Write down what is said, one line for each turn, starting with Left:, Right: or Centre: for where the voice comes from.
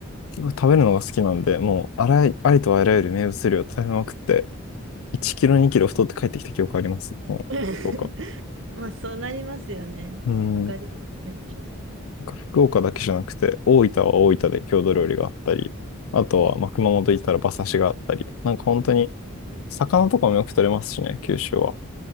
Left: 結構食べるのが好きなんで、もう、あらい、ありとあらゆる名物料を食べまくって、1キロ、2キロ太って帰ってきた記憶あります。もう、
Right: <laughs>
Left: 福岡。
Right: まあ、そうなりますよね。
Left: うん。
Right: わかります、
Left: な
Right: めっちゃ。
Left: んか福岡だけじゃなくて、大分は大分で郷土料理があったり、あとは、まあ、熊本行ったら馬刺しがあったり、なんか本当に、魚とかもよく取れますしね、九州は。